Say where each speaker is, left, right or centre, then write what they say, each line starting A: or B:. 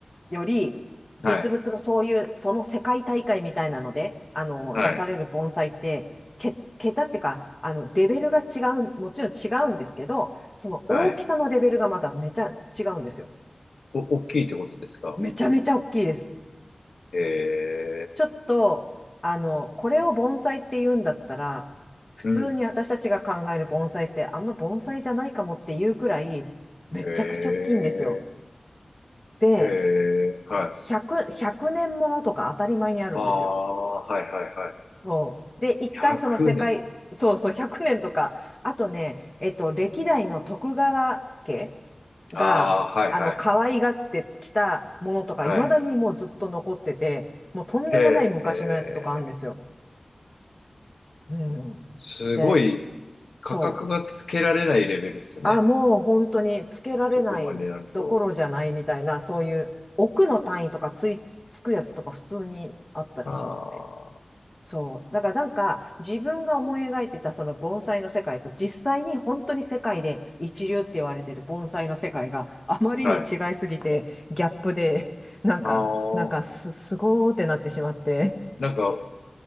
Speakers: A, on the left; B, on the left.
A: より、
B: はい、
A: 実物のそういう、その世界大会みたいなので、あの、
B: はい、
A: 出される盆栽って、け、桁っていうか、あの、レベルが違う、もちろん違うんですけど、その大きさのレベルがまためちゃ違うんですよ。
B: はい。お、大きいってことですか。
A: めちゃめちゃ大きいです。
B: え
A: ちょっと、あの、これを盆栽って言うんだったら、普通に私たちが考える盆栽ってあんま盆栽じゃないかもっていうくらい、
B: うん。
A: めちゃくちゃ大きいんですよ。
B: へえ、
A: で、
B: へえ、はい。
A: 100、年ものとか当たり前にあるんですよ。
B: ああ、はいはいはい。
A: そう。で、一回その世界、
B: 100年。
A: そうそう、100年とか、あとね、えっと、歴代の徳川家が、
B: ああ、はいはい。
A: あの、可愛がってきたものとか、
B: はい。
A: 未だにもうずっと残ってて、もうとんでもない昔のやつとかあるんですよ。
B: へえ、
A: うん。
B: すごい
A: で、そう。
B: 価格がつけられないレベルっすね。
A: あ、もう本当につけられないどころじゃないみたいな、
B: そこまでになると。
A: そういう奥の単位とかつい、つくやつとか普通にあったりしますね。
B: ああ、
A: そう。だからなんか自分が思い描いてたその盆栽の世界と実際に本当に世界で一流って言われてる盆栽の世界があまりに違いすぎてギャップでなんか、
B: はい。ああ、
A: なんかす、すごーってなってしまって。
B: なんか、